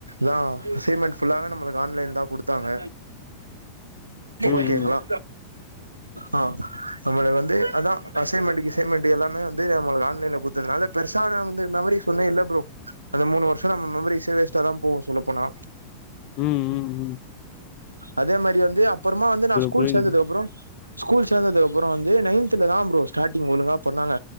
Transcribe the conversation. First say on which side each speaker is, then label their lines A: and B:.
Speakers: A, on the right; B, on the left.
A: தான் அசைன்மென்ட் நம்ம ஆன்லைன் தான் குடுத்தாங்க
B: ம்
A: ஓகேங்களா ஆ நம்ம வந்து அதான் அசைன்மெண்ட் கிசைமெண்ட் எல்லாமே வந்து நம்மால ஆன்ல கொஞ்ச நாள பெருச நா வந்து மெமரிஸ்சே இல்ல ப்ரோம் அந்த மூணு வருஷம் நம்ம மெமரிஸ் வேஸ்ட தான் போவும் சொல்லப்போனா
B: உம் உம் உம்
A: அதே மாரி வந்து இது அப்பறமா வந்து நான் ஸ்கூல்
B: புரியுது
A: சேந்ததுக்கு அப்பறம் ஸ்கூல் சேந்ததுக்கு அப்புறம் வந்து நையன்துல தான்ப்ரோ ஸ்டாட்டிங் ஒழுங்கா பண்ணாங்க